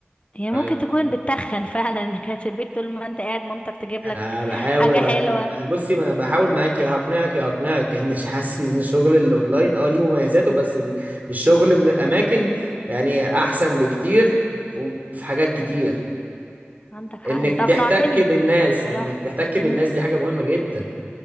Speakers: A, on the left; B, on the right.
A: يعني ممكن
B: أيوة.
A: تكون بتتخن <laughs> فعلا انك قاعد في البيت طول ما انت قاعد مامتك تجيب
B: انا
A: لك
B: بحاول
A: حاجة
B: أ-
A: حلوة
B: أنا بصي ما انا بحاول معاك يا هقنعك يا هقنعك ان ش- حاسس ان الشغل الاونلاين اه ليه مميزاته بس ال- الشغل من الاماكن يعني احسن بكتير وفي حاجات كتير
A: عندك حق
B: انك
A: انت اقنعتني
B: تحتك بالناس انك
A: صراحة
B: تحتك بالناس
A: امم
B: دي حاجة مهمة جدا